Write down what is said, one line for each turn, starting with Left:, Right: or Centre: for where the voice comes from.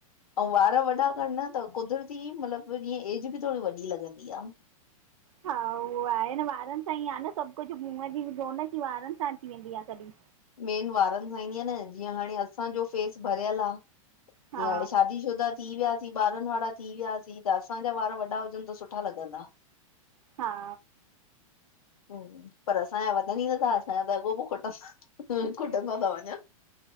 Left: ऐं वार वॾा करना थव, कुदरती मतलबु जीअं एज बि थोरी वॾी लॻंदी आहे।
Right: हा उहो आहे न, वारनि सां ई आहे न सभु कुछ, मुंहं जी रोनक ई वारनि सां अची वेंदी आहे कॾहिं।
Left: मेन वारनि सां ईंदी न, जीअं हाणे असांजो फेस भरियल आ।
Right: हा
Left: जीअं हाणे शादी शुदा थी वयासीं, ॿारन वारा थी वियासीं, असांजा वार वॾा हुजन त सुठा लॻंदा।
Right: हा।
Left: हुं, पर असांया वधनी नथा असांया त अॻो पो कटस्। हुं, खुटंदा ता वञन।